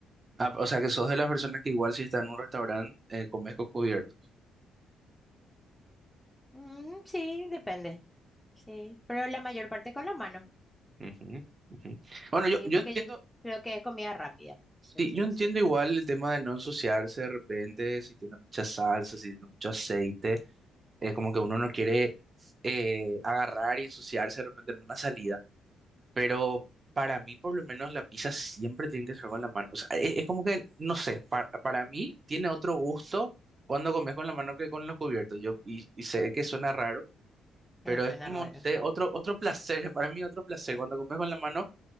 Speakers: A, on the right (about 35°); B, in the centre.
A: Ah, o sea que sos de las personas que igual si estás en un restaurante, eh, comes con cubiertos.
B: Mm, sí, depende. Sí, pero la mayor parte con la mano.
A: Ujú, ujú. Bueno,
B: Sí,
A: yo, yo
B: porque
A: entiendo,
B: yo cre- creo que es comida rápida.
A: sí,
B: Entonces,
A: yo entiendo
B: sí,
A: igual el tema de no ensuciarse de repente, si tiene mucha salsa, si tiene mucho aceite, es como que uno no quiere eh, agarrar y ensuciarse de repente en una salida, pero para mí por lo menos la pizza siempre tiene que ser con la mano, o sea, e- es, como que, no sé, para, para mí tiene otro gusto cuando comes con la mano que con los cubiertos, yo, y, y sé que suena raro, Pero
B: eh, suena
A: es como,
B: raro
A: no sé, otro, otro placer, <laughs> para mí otro placer.
B: <laughs>
A: Cuando comes con la mano,